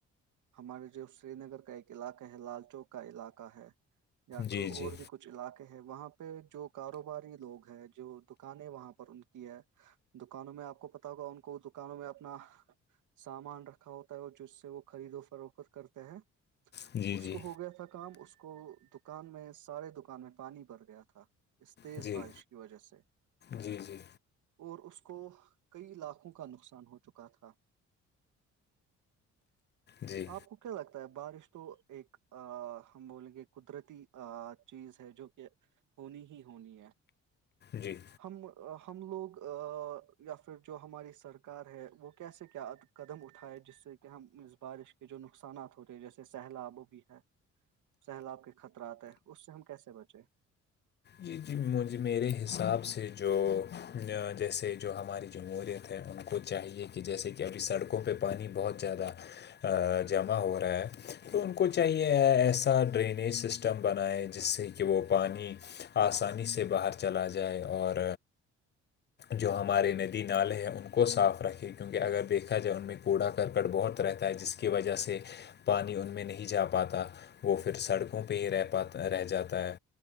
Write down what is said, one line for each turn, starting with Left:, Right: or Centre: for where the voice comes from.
Right: ہمارے جو سری نگر کا ایک علاقہ ہے لال چوک کا علاقہ ہے یا
Left: جی
Right: کو
Left: جی
Right: اور بھی کچھ علاقے ہے وہاں پہ جو کاروباری لوگ ہے جو دکانیں وہاں پر ان کی ہے دکانوں میں آپ کو پت ہوگا ان کو دکانوں میں اپنا سامان رکھا ہوتا ہے اور جس سے وہ خرید و فروخت کرتے ہے
Left: جی
Right: اس
Left: جی
Right: کو ہو گیا تھا کام اس کو دکان میں سارے دکان میں پانی بھر گیا تھا اس تیز
Left: جی
Right: بارش کی وجہ سے
Left: جی جی
Right: اور اس کو کئی لاکھوں کا نقصان ہو چکا تھا
Left: جی
Right: آپ کیا لگتا ہے بارش تو ایک ہم بولیں گے قدرتی چیز ہے جو کہ ہونی ہی ہونی ہے
Left: جی
Right: ہم ہم لوگ یا پھر جو ہماری سرکار ہے وہ کیسے کیاد قدم اٹھائے جس سے کہ ہم اس بارش کے جو نقصانات ہو رہے ہیں جیسے سہلاب بھی ہے سیلاب کے خطرات ہے اس سے ہم کیسے بچیں
Left: جی جی مجھے میرے حساب سے جو جیسے جو ہماری جمہور ہیں ان کو چاہیے کہ جیسے کہ ابھی سڑکوں پہ پانی بہت زیادہ جمع ہو رہا ہے تو ان کو چاہیے ایسا- ڈرینیج سسٹم بنائے جس سے کہ وہ پانی آسانی سے باہر چلا جائے اور جو ہمارے ندی نالے ہیں ان کو صاف رکھے کیونکہ اگر دیکھا جائے ان میں کوڑا کرکٹ بہت رہتا ہے جس کے- کی وجہ سے پانی ان میں نہیں جا پاتا- وہ پھر سڑکوں پہ ہی رہ پات رہ جاتا ہے